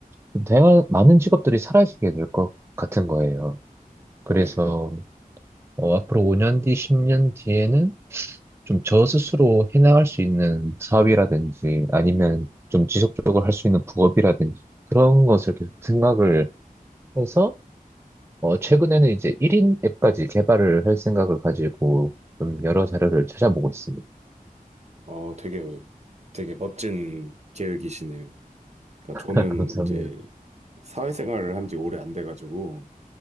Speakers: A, on the right; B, on the right.
A: 좀 다양한 많은 직업들이 사라지게 될 것 같은 거예요. 그래서
B: 네.
A: 어, 앞으로 5년 뒤, 10년 뒤에는 좀 저 스스로 해나갈 수 있는 사업이라든지 아니면 좀 지속적으로 할 수 있는 부업이라든지 그런 것을 계속 생각을 해서 어, 최근에는 이제 1인 앱까지 개발을 할 생각을 가지고 좀 여러 자료를 찾아보고 있습니다.
B: 어, 되게, 되게 멋진 계획이시네요. 그러니까
A: <laughs>
B: 저는
A: 감사합니다.
B: 이제 사회생활을 한지 오래 안 돼가지고,